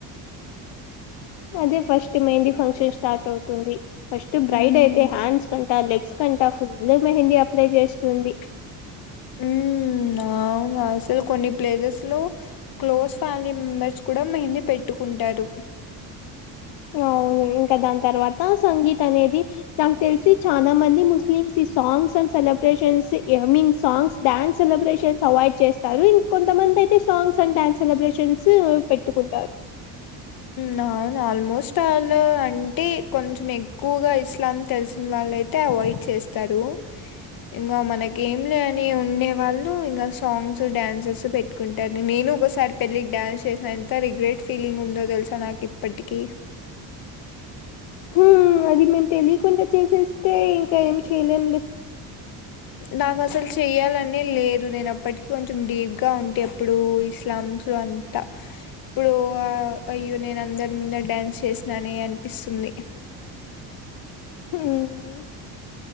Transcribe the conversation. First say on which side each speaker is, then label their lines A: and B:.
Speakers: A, on the left; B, on the left.
A: అదే ఫస్ట్ మెహందిీ ఫంక్షన్ స్టార్ట్ అవుతుంది ఫస్ట్ బ్రైడ్
B: మ్మ్
A: అయి అ హ్యాండ్స్ కంటా లెగ్స్ కంటా ఫుల్ మెహందీ అప్లై చేస్తుంది
B: మ్ అవును అసలు కొన్ని ప్లేసెస్ లో క్లోజ్ ఫ్యామిలీ మెంబెర్స్ కూడా మెహంది పెట్టుకుంటారు
A: అవును ఇంకా దాని తర్వాత సంగీత్ అనేది నాకు తెలిసి చాలా మంది ముస్లిమ్స్ ఈ songs and celebrations I mean songs dance celebrations avoid చేస్తారు ఇం కొంతమంది అయితే సాంగ్స్ అండ్ డ్యాన్స్ సెలబ్రేషన్స్ పెట్టుకుంటారు <inaudible>
B: నాన్ ఆల్మోస్ట్ ఆల్ అంటే కొంచెం ఎక్కువగా ఇస్లామ్ తెలిసిన వాళ్ళయి అే అవాయిడ్ చేస్తారు ఇంగ మనకేం లేని ఉండే వాళ్ళు ఇంగ సాంగ్స్ డ్యాన్సెస్ పెట్ ట్టుకుంటారు నేను ఒకసారి పెళ్ళికి డాన్స్ చేసిన ఎంత రిగ్రెట్ ఫీలింగ్ ఉందో తెలుసా నాకు ఇప్పటికీ
A: హు మ్ అది మేము తెలియకుండా చేసేస్తే ఇంకా ఏం చేయలేంలే <inaudible>
B: నాకు అసలు చెయ్యాలనే లేదు నేనుప్పటికిీ కొంచెం డీప్గా ఉంటే అప్పుడు ఇస్లామ్స్లో అ ఇప్పుడు అయ్యో నేను అందరి ముందట డ్యాన్స్ చేసినానే అనిపిస్తుంది
A: హుమ్